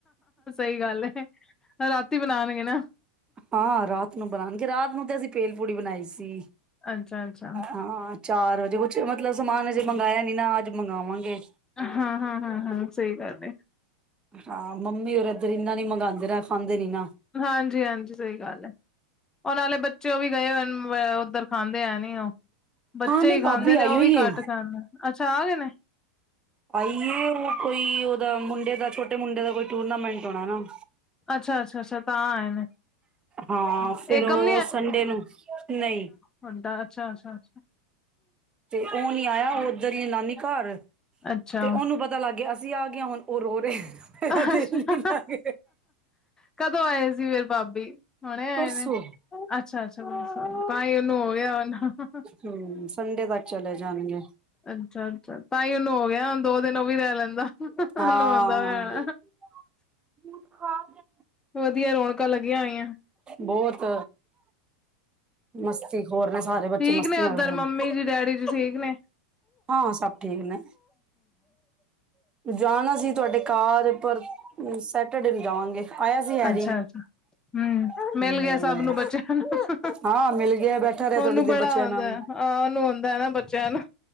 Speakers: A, on the left (about 15°); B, on the right (about 20°).
A: ਕੀ ਗੱਲ ਐ ਰਾਤੀ ਬਣਾਣਗੇ ਨਾ।
B: ਹਾਂ, ਰਾਤ ਨੂੰ ਬਣਾਣਗੇ। ਰਾਤ ਨੂੰ ਤੇ ਅਸੀਂ ਪੇਲ ਪੂੜੀ ਬਣਾਈ ਸੀ,
A: ਅੱਛਾ ਅੱਛਾ
B: ਹਾਂ। ਚਾਰ ਵਜੇ ਕੁਛ ਮਤਲਬ ਸਮਾਨ ਅਜੇ ਮੰਗਾਇਆ ਨੀ ਨਾ, ਅੱਜ ਮੰਗਾਵਾਂਗੇ।
A: ਹਾਂ-ਹਾਂ-ਹਾਂ-ਹਾਂ ਸਈ ਗੱਲ ਏ।
B: ਹਾਂ ਮੰਮੀ ਉਰ ਏਧਰ ਇੰਨਾ ਨੀ ਮੰਗਾਂਦੇ ਨਾ ਖਾਂਦੇ ਨੀ ਨਾ।
A: ਹਾਂਜੀ-ਹਾਂਜੀ ਸਈ ਗੱਲ ਐ। ਓ ਆਲੇ ਬੱਚੇ ਉਹ ਵੀ ਗਏ ਹੋਏ ਉੱਧਰ, ਖਾਂਦੇ ਹੈ ਨੀ ਉਹ। ਬੱਚੇ
B: ਹਾਂ ਨਹੀਂ
A: ਈ ਖਾਂਦੇ
B: ਭਾਬੀ ਆਈ
A: ਨੇ, ਉਹ
B: ਹੋਈ
A: ਵੀ ਘੱਟ
B: ਏ
A: ਖਾਂਦੇ, ਅੱਛਾ ਆ ਗਏ ਨੇ।
B: ਆਈ ਏ, ਉਹ ਕੋਈ ਉਹਦਾ ਮੁੰਡੇ ਦਾ ਛੋਟੇ ਮੁੰਡੇ ਦਾ ਕੋਈ ਟੂਰਨਾਮੈਂਟ ਹੋਣਾ ਨਾ।
A: ਅੱਛਾ-ਅੱਛਾ-ਅੱਛਾ ਤਾਂ ਆਏ ਨੇ।
B: ਹਾਂ ਫਿਰ
A: ਏਕਮ
B: ਉਹ ਸੰਡੇ ਨੂੰ ਨਹੀਂ
A: ਹੁੰਦਾ, ਅੱਛਾ-ਅੱਛਾਾ।
B: ਤੇ ਉਹ ਨੀ ਆਇਆ ਉੱਧਰ ਨਾਨੀ ਘਰ
A: ਅੱਛਾ ਅੱਛਾ
B: ਤੇ ਉਹਨੂੰ ਪਤਾ ਪਤਾ ਲੱਗ ਗਿਆ। ਅਸੀਂ ਆ ਗਏ ਹੁਣ ਉਹ ਰੋ ਰਿਹਾ। ਮੇਰਾ
A: ਅੱਛਾ,
B: ਦਿਲ ਨੀ ਲੱਗ
A: ਕਦੋਂ ਆਏ ਸੀ ਫਿਰ ਭਾਬੀ? ਹੁਣੇ ਆਏ
B: ਪਰਸੋਂ
A: ਨੇ, ਅੱਛਾ-ਅੱਛਾ ਤਾਂਹੀ ਉਹਨੂੰ ਹੋ ਗਿਆ ਹੁਣ।
B: ਹੂੰ, ਸੰਡੇ ਤੱਕ ਚਲੇ ਜਾਂਣਗੇ।
A: ਅੱਛਾ-ਅੱਛਾ ਤਾਂ ਈ ਉਹਨੂੰ ਹੋ ਗਿਆ। ਦੋ ਦਿਨ ਉਹ ਵੀ ਰਹਿ ਲੈਂਦਾ, ਉਹਨੂੰ
B: ਹਾਂ
A: ਹੁੰਦਾ ਪਿਆ ਹੋਣਾ।
B: <inaudible>
A: ਵਧੀਆ ਰੌਣਕਾਂ ਲੱਗੀਆਂ ਹੋਈਆਂ।
B: ਬੋਤ ਮਸਤੀ ਖੋਰ ਨੇ ਸਾਰੇ ਬੱਚੇ
A: ਠੀਕ
B: ਮਸਤੀਆਂ
A: ਨੇ ਉੱਧਰ
B: ਕਰਨ।
A: ਮੰਮੀ ਜੀ ਡੈਡੀ ਠੀਕ ਨੇ
B: ਹਾਂ ਸਭ ਠੀਕ ਨੇ, ਜਾਣਾ ਸੀ ਤੁਹਾਡੇ ਕਾਰ ਪਰ ਸੈਟਰਡੇ ਨੂੰ ਜਾਵਾਂਗੇ। ਆਇਆ ਸੀ ਹੈਰੀ
A: ਅੱਛਾ-ਅੱਛਾ, ਹੂੰ।
B: ਹਮ
A: ਮਿਲ ਗਿਆ ਸਭ ਨੂੰ ਬੱਚਿਆਂ ਨੂੰ,
B: ਹਾਂ ਮਿਲ ਗਿਆ ਬੈਠਾ ਰਿਹਾ
A: ਉਹਨੂੰ
B: ਥੋੜੀ ਦੇਰ
A: ਬੜਾ
B: ਬੱਚਿਆਂ
A: ਆਂਦਾ
B: ਨਾਲ
A: ਐ ਆਹ ਉਹਨੂੰ ਹੁੰਦਾ ਨਾ ਬੱਚਿਆਂ ਨੂੰ